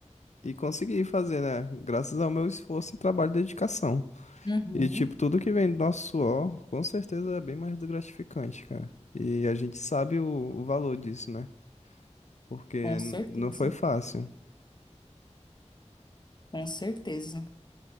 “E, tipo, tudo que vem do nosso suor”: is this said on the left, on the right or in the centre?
Left